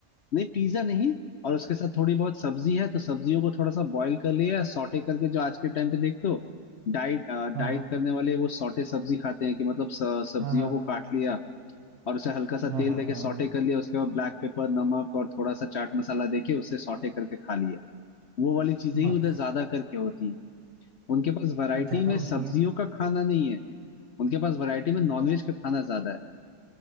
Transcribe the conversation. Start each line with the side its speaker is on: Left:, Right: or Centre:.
Left: नहीं पिज्जा नहीं और उसके साथ थोड़ी बहुत सब्जी है तो सब्जियों को थोड़ा सा बॉईल कर लिया सॉटे करके जो आज के टाइम पे देखते हो डाइट
Right: हाँ
Left: डाइट
Right: हाँ
Left: करने वाले वो सॉटे सब्जी खाते हैं कि मतलब स- सब्जियों
Right: हाँ हाँ
Left: को काट लिया और उसे हल्का सा
Right: हाँ
Left: तेल
Right: हाँ
Left: देके
Right: हाँ,
Left: सॉटे
Right: हाँ,
Left: कर लिया उसके बाद ब्लैक पेपर नमक और थोड़ा सा चाट मसाला देके उसे सॉटे करके खा लिया वो वाली चीजें ही
Right: बस
Left: उधर ज्यादा करके होती है उनके पास वैरायटी
Right: वो ज़्यादा
Left: में
Right: होती
Left: सब्जियों
Right: है
Left: का खाना नहीं है उनके पास वैरायटी में नॉनवेज
Right: ओ,
Left: का खाना ज्यादा